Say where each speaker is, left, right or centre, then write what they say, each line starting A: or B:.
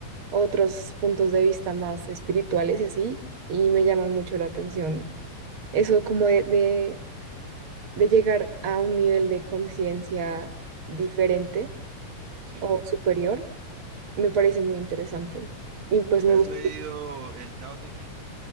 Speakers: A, on the right; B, on the right.
A: otros puntos de vista más espirituales y así, y me llaman mucho la atención. Eso como de, de de llegar a un nivel de conciencia diferente
B: ¿sí?
A: o superior, me parece muy interesante. Y pues
B: ¿Te
A: me
B: has
A: gusta.
B: leído el Tao Te Ching?